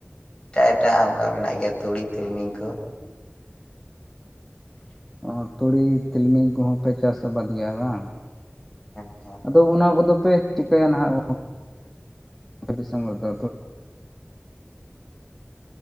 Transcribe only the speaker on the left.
ᱮᱴᱟᱜ ᱮᱴᱟᱜ ᱚᱱᱠᱟ ᱢᱮᱱᱟᱜ ᱜᱮᱭᱟ ᱛᱩᱲᱤ ᱛᱤᱞᱢᱤᱧ ᱠᱚ᱾
ᱮᱱ ᱛᱷᱚ